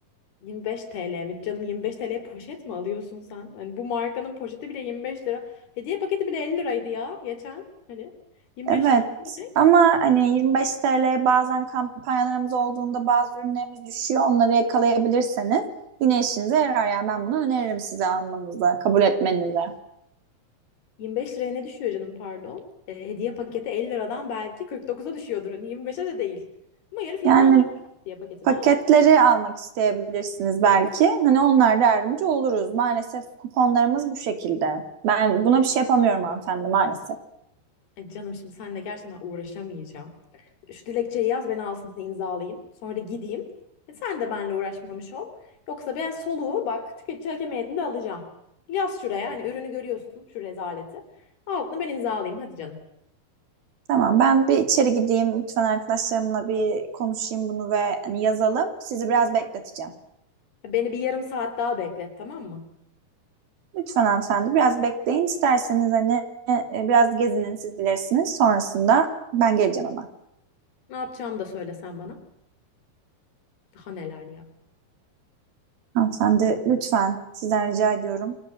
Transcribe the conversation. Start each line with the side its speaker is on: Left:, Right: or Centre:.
Left: 25 TL mi? Canım 25 TL'ye poşet mi alıyorsun sen? Hani bu markanın poşeti bile yirmi beş lira. Hediye paketi bile 50 liraydı ya geçen. Hani 25
Right: Evet
Left: lira ne demek?
Right: ama hani 25 TL'ye bazen kampanyalarımız olduğunda bazı ürünlerimiz düşüyor. Onları yakalayabilirseniz yine işinize yarar. Yani ben bunu öneririm size almanıza, kabul etmenize.
Left: 25 liraya ne düşüyor canım pardon? Ee, hediye paketi 50 liradan belki 49'a düşüyordur. Hani 25'e de değil. Ama yarı fiyatına
Right: Yani
Left: alırım <laughs> hediye paketine
Right: paketleri
Left: ha.
Right: almak isteyebilirsiniz belki. Hani onlar da yardımcı oluruz. Maalesef kuponlarımız bu şekilde. Ben buna bir şey yapamıyorum hanımefendi maalesef.
Left: Ay canım şimdi seninle gerçekten ben uğraşamayacağım. Şu dilekçeyi yaz ben alsın imzalayayım. Sonra da gideyim. E, sen de benimle uğraşmamış ol. Yoksa ben soluğu bak tüketici hakem heyetinde alacağım. Yaz şuraya hani ürünü görüyorsun şu rezaleti. Altını ben imzalayayım hadi canım.
Right: Tamam ben bir içeri gideyim. Lütfen arkadaşlarımla bir konuşayım bunu ve hani yazalım. Sizi biraz bekleteceğim.
Left: E, Beni bir yarım saat daha beklet tamam mı?
Right: Lütfen hanımefendi biraz bekleyin. İsterseniz hani e, biraz gezinin siz bilirsiniz. Sonrasında ben geleceğim hemen.
Left: Ne yapacağımı da söyle sen bana. Daha neler ya.
Right: Hanımefendi lütfen sizden rica ediyorum.